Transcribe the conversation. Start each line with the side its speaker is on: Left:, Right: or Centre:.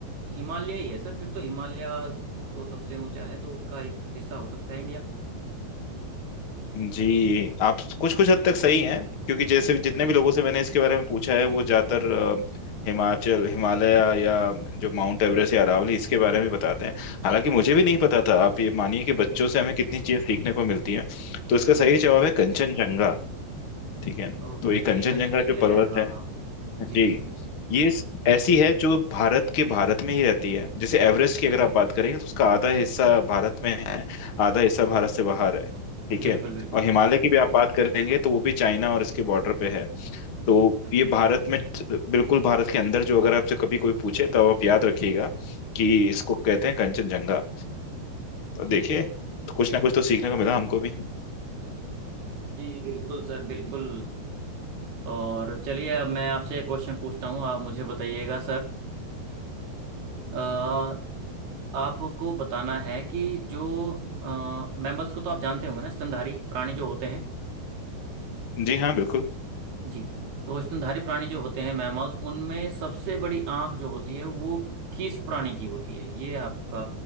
Right: हिमालय ही है सर फिर तो हिमालय तो सबसे ऊंचा है तो उसका एक हिस्सा हो सकता है इंडिया में
Left: जी आप कुछ कुछ हद तक सही हैं क्योंकि जैसे जितने
Right: जी
Left: भी लोगों से मैंने इसके बारे में पूछा है वो ज्यादातर
Right: हम्म
Left: अ, हिमाचल हिमालय या जो माउंट एवरेस्ट या अरावली इसके बारे में बताते हैं हालांकि मुझे भी नहीं पता था आप ये मानिए कि
Right: हम्म, हम्म,
Left: बच्चों से हमें कितनी चीजें सीखने को मिलती हैं तो इसका
Right: जी
Left: सही
Right: जी
Left: जवाब
Right: जी
Left: है कंचनजंगा ठीक है
Right: ओके
Left: तो ये कंचनजंगा
Right: कंचनजंगा
Left: जो पर्वत
Right: है हाँ
Left: है
Right: हाँ जी
Left: जी
Right: जी
Left: ये स- ऐसी है जो भारत के भारत में ही रहती है जैसे एवरेस्ट की अगर आप बात करेंगे तो उसका आधा हिस्सा भारत में है आधा हिस्सा भारत से बाहर है ठीक
Right: बिल्कुल
Left: है
Right: बिल्कुल
Left: और हिमालय की भी आप बात करेंगे तो वो भी चाइना और इसके बॉर्डर पे है तो
Right: बिल्कुल
Left: ये भारत में बिल्कुल भारत के अंदर जो
Right: हम्म,
Left: अगर आपसे कभी कोई पूछे तो आप याद रखिएगा कि इसको कहते हैं कंचनजंगा तो देखिए तो कुछ ना कुछ तो सीखने को मिला हमको भी
Right: जी बिल्कुल बिल्कुल जी बिल्कुल सर बिल्कुल और चलिए अब मैं आपसे एक क्वेश्चन पूछता हूँ आप मुझे बताइएगा सर आपको बताना है कि जो मैमल्स को तो आप जानते होंगे ना स्तनधारी प्राणी जो होते हैं
Left: जी हाँ बिल्कुल
Right: जी तो स्तनधारी प्राणी जो होते हैं मैमल्स उनमें सबसे बड़ी आंख जो होती है वो किस प्राणी की होती है ये आपका